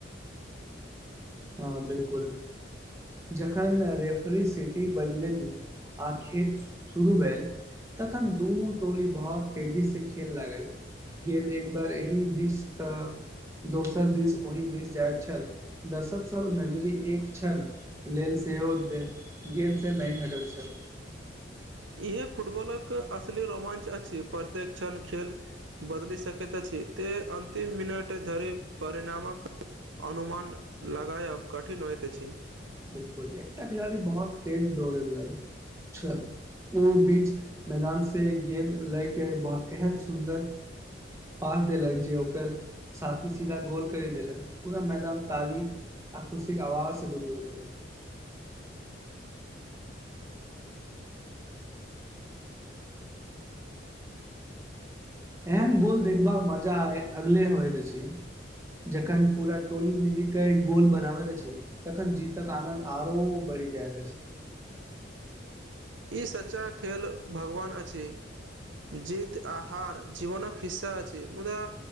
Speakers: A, on the right; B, on the right.
A: हँ बिल्कुल जखन रेफरी सिटी बजलनि आ खेत शुरू भेल तखन दुनू टोली बहुत तेजी से खेल लागल गेन्द एक बार एही दिस तऽ दोसर दिस ओहि दिस जाइ छल दर्शक सब नजरी एक छल लेल सेहो देख गेम से नै हटैत छल
B: इहे फुटबॉलक असली रोमाञ्च अछि प्रत्येक क्षण खेल बदली सकैत अछी ते अतिम मिनट धरी परिणामक अनुमान लगायब कठिन होइत अछि
A: बिल्कुल एकटा खिलाड़ी बहुत तेज दौड़लन <unintelligible> ओ बीच मैदान से गेंद लै के बह एहन सुन्दर पास देलक जे ओकर साथी सीधा गोल करी देलक पूरा मैदान ताली आ खुशी के आवाज से गुंजी उठल एहन गोल देखबाक मजा आय अगले होइत अछि जखन पूरा टोली मिली के एक गोल बनाबत अछि तखन जीतक आनन्द आरो बढ़ि जायत अछि
B: ई सच्चा खेल भगवान अछि जित आ हार जीवनक हिस्सा अछि मुदा